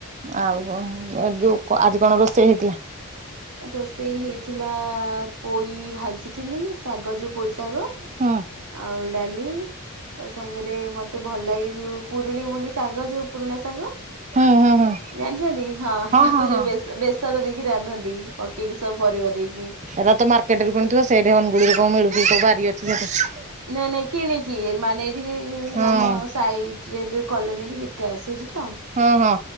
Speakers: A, on the right (about 30°); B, on the right (about 85°).
A: ଆଉ କଣ ଯୋଉ ଆଜି କଣ ରୋଷେଇ ହେଇଥିଲା?
B: ରୋଷେଇ ହେଇଥିଲା ପୋଇ ଭାଜିଥିଲି। ଶାଗ ଯୋଉ ପୋଇଶାଗ
A: ହୁଁ
B: ଆଉ ଡାଲି ତା ସାଙ୍ଗେରେ ମତେ ଭଲ ଲାଗେ ଯୋଉ ପୁରୁଣି ମୁଣ୍ଡି ଶାଗ ଯୋଉ ପୁରୁଣା ଶାଗ
A: ହୁଁ ହୁଁ ହୁଁ
B: ଜାଣିଛନ୍ତି ହଁ ତାକୁ
A: ହଁ ହଁ।
B: ଯୋଉ ବେଶ ବେସର ଦେଇକି ରାନ୍ଧନ୍ତି ପକେଇକି ସବୁ ପରିବା ଦେଇକି।
A: ଏରା ତ ମାର୍କେଟ ରୁ କିଣୁଥିବ ସେଇଠି ଅନୁଗୁଳରେ କୋଉ ମିଳୁଥିବ କୋଉ ବାରି ଅଛି ସେଠୀ।
B: ନାଇଁ ନାଇଁ କିଣିକି ମାନେ ଏଇଠିକି
A: ହଁ।
B: ଆମ ସାଇଟ୍ ରେ ଯୋଉ କଲୋନୀ କି ବିକା ଆସୁଛି ତ।
A: ହଁ ହଁ